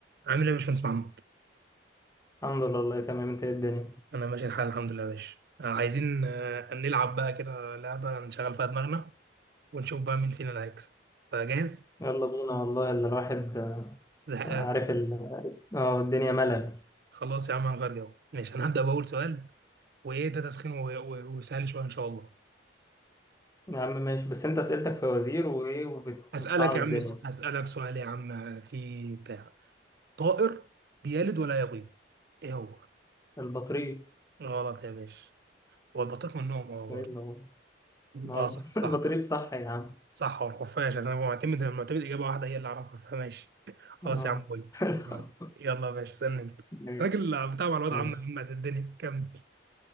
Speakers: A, on the right (about 55°); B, on the left (about 15°).
A: عامل ايه يا باشمهندس محمد؟
B: الحمد لله والله تمام انت ايه الدنيا
A: انا ماشي الحال الحمد لله يا باشا آه، عايزين آه، نلعب بقى كده لعبة نشغل فيها دماغنا ونشوف بقى مين فينا اللي هيكسب فجاهز؟
B: يلا بينا والله اللي الواحد آه،
A: زهقان
B: عارف ال... اه الدنيا ملل
A: خلاص يا عم هنغير جو ماشي انا هبدأ بأول سؤال وايه ده تسخين و- و- وسهل شوية ان شاء الله
B: يا عم ماشي بس انت اسئلتك في وزير وايه وبتصعب
A: هسألك يا
B: الدنيا
A: عم س- هسألك سؤال يا عم في بتاع طائر بيلد ولا يبيض ايه هو؟
B: البطريق
A: غلط يا باشا هو البطيخ من النوم اه برضه
B: ايه اللي هو ما
A: اه
B: هو
A: صح
B: <laughs> البطريق
A: صح صح
B: صح يا عم
A: صح هو الخفاش عشان هو معتمد معتمد اجابه واحده هي اللي اعرفها فماشي خلاص
B: اه
A: يا عم بوي
B: <laughs>
A: تمام. يلا يا باشا استنى انت
B: ماشي
A: راجل بتاع معلومات
B: ماشي
A: عامه عامه الدنيا كمل